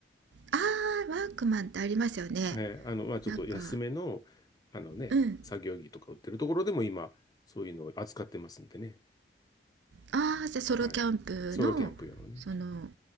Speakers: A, on the right; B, on the left.
A: あーワークマンってありますよね
B: えーあの、まあ、ちょっと安めの、
A: なんか
B: あのね、
A: うん
B: 作業着とか売ってるところでも今、そういうのを扱ってますんでね。
A: ああじゃあソロキャンプのその
B: はい。ソロキャンプ用のね。